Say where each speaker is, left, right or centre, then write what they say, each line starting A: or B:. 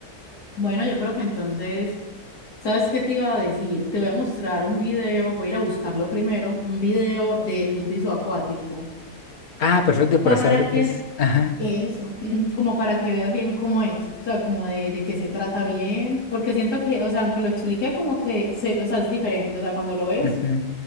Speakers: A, on the left; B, on the left.
A: Bueno, yo creo que entonces. ¿Sabes qué te iba a decir? Te voy a mostrar un video, voy a ir a buscarlo primero, un video de rugby acuático
B: Ah, perfecto,
A: para
B: para saber
A: que
B: qué es. Ajá.
A: eso, <clears throat> como para que veas bien cómo es, o sea, como de, de qué se trata bien, porque siento que, o sea, aunque lo expliqué como que, se, o sea, es diferente, o sea, cuando lo ves
B: ujú.